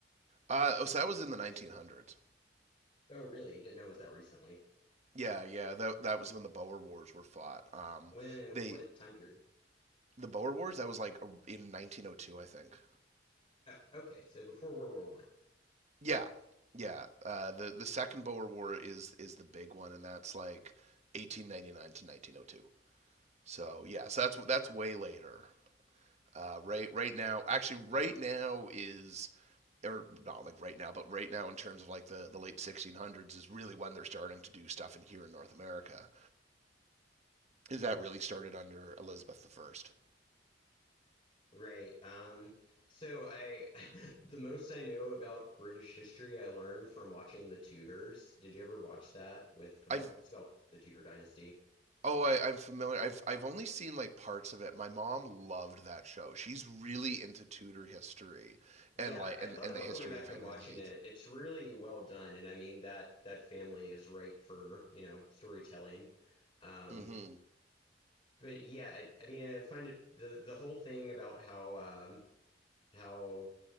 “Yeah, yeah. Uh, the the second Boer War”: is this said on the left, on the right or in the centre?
Right